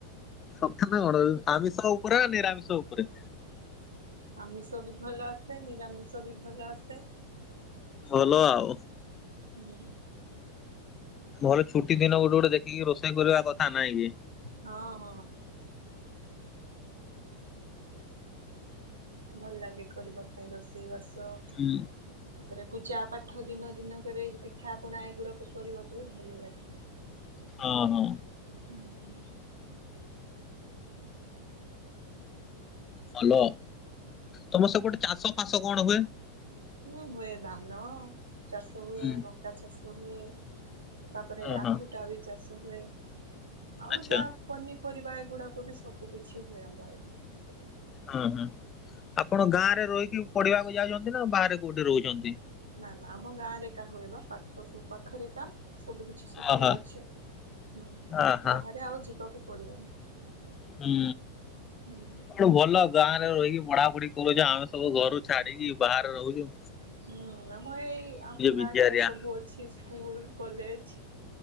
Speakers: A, on the left; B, on the right.
A: ନା କଣ ଆମିଷ ଉପରେ ଆ ନିରାମିଷ ଉପରେ।
B: ଆମିଷ ବି ଭଲ ଆସେ ନିରାମିଷ ବି ଭଲ ଆସେ ସବୁ
A: ଭଲ ଆଉ।
B: ହୁଁ।
A: ଭଲ ଛୁଟି ଦିନ ଗୋଟେ ଗୋଟେ ଦେଖିକି ରୋଷେଇ କରିବା କଥା ନାଇଁ କି?
B: ହଁ ହଁ। ଭଲ ଲାଗେ କରିବା ପାଇଁ ରୋଷେଇ ବାସ।
A: ହୁଁ।
B: ତାପରେ ପୂଜା ପାଠ ଦିନ ଦିନକରେଇ ପିଠା ପୁଣା ଏଗୁଡାକ କରିବାକୁ ବି ଭଲ ଲାଗେ।
A: ହଁ ହୋ।
B: ହୁଁ।
A: ଭଲ ତମ ସବ ଗୋଟେ ଚାଷ ଫାସ କଣ ହୁଏ?
B: ହ ହୁଏ ଧାନ ଚାଷ ହୁଏ
A: ହୁଁ
B: ମକା ଚାଷ ହୁଏ। ତାପରେ
A: ହଁ
B: ଆଖୁଟା
A: ହଁ।
B: ବି ଚାଷ ହୁଏ ଆଉ
A: ଆଚ୍ଛା
B: ଯାହା। ପନିପରିବା ଗୁଡାକ ବି ସବୁ କିଛି ହୁଏ ଆମର।
A: ହଁ ହୁଁ ଆପଣ ଗାଁ ରେ ରହିକି ପଢିବାକୁ ଯାଉଛନ୍ତି ନା ବାହାରେ କୋଉଠି ରହୁଛନ୍ତି।
B: ନା ନା ଆମ ଗାଁ ରେ କାହା ବା ପାଠ ସବୁ ପାଖରେ ତା ସବୁ କିଛି ସୁବିଧା
A: ଅହ
B: ଅଛେ ହୁଁ
A: ଅହ
B: ବାହାରେ ଆଉ ଯିବାକୁ ପଡିବନି।
A: ହୁଁ।
B: ହୁଁ
A: ଗୋଟେ ଭଲ ଗାଁ ରେ ରହିକି ପଢ଼ାପଢି କରୁଚ, ଆମେ ସବୁ ଘରୁ ଛାଡିକି ବାହାରେ ରହୁଚୁ।
B: ହୁଁ ଆମ ଏଇ ଆମ ଗାଁ
A: ବିଚାରିଆ
B: ଟାରେ ସବୁ ଅଛି ସ୍କୁଲ୍ କଲେଜ୍।